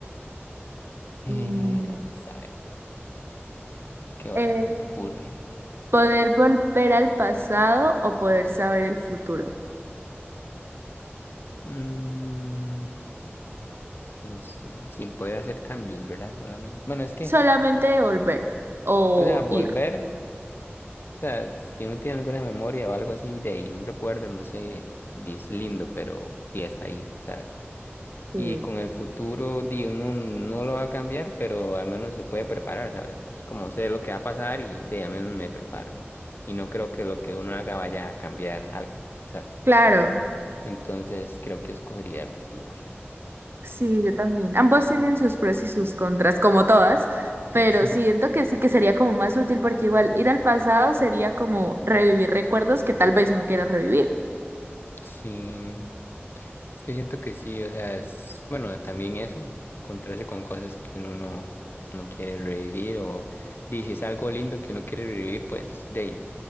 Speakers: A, on the left; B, on the right.
A: Eh,
B: Mm,
A: vamos a ver, ¿qué otra
B: eh,
A: se te ocurre?
B: poder volver al pasado o poder saber el futuro.
A: Mm, no sé, sin poder hacer cambios, ¿verdad? Solamente. Bueno, es que,
B: Solamente volver o
A: o sea, volver.
B: ir.
A: O sea, si uno tiene alguna memoria o algo así de ahí, un recuerdo, no sé, di, es lindo, pero di, está ahí, ¿sabes?
B: Sí.
A: Y con el futuro, di, uno no lo va a cambiar, pero al menos se puede preparar, ¿sabes? Es como sé lo que va a pasar y de al menos me preparo. Y no creo que lo que uno haga vaya a cambiar algo, ¿sabes?
B: Claro,
A: Entonces creo que escogería el futuro, sí.
B: sí, yo también. Ambos tienen sus pros y sus contras, como todas,
A: Sí.
B: pero
A: <laughs>
B: siento que sí que sería como más útil porque igual ir al pasado sería como revivir recuerdos que tal vez no quiera revivir.
A: Sí, es que siento que sí, o sea, es, bueno, también eso, encontrarse con cosas que uno no, no quiere revivir o dices si es algo lindo que uno quiere revivir, pues de ahí,